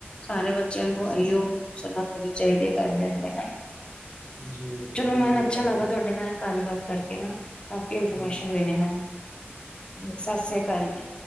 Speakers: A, on the left; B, on the right.
A: ਸਾਰੇ ਬੱਚਿਆਂ ਨੂੰ ਇਓ ਮਤਲਬ ਸਲਾਹ ਦੇਣੀ ਚਾਹੀਦੀ ਹੈ। ਕਰਦਿਆਂਦੇ ਨਾਲ
B: ਜੀ, ਬਿਲਕੁਲ
A: ਚਲੋ ਮੈਨ
B: ਸਹੀ
A: ਅੱਛਾ
B: ਗੱਲ
A: ਲੱਗਾ
B: ਹੈ।
A: ਤੁਹਾਡੇ ਨਾਲ ਗੱਲਬਾਤ ਕਰਕੇ ਨਾ ਕਾਫੀ ਇਨਫੋਰਮੇ
B: ਜੀ,
A: ਦੇਣੀ ਮੈ ਸਤਿ ਸ੍ਰੀ ਅਕਾਲ ਜੀ